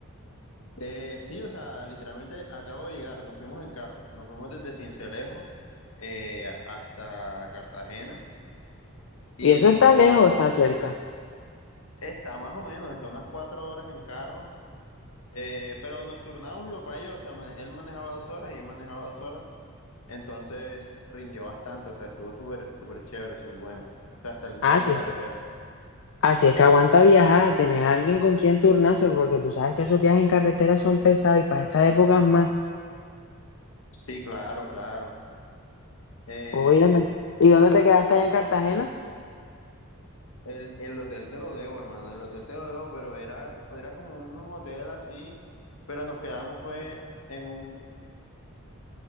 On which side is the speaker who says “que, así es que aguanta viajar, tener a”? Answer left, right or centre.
Left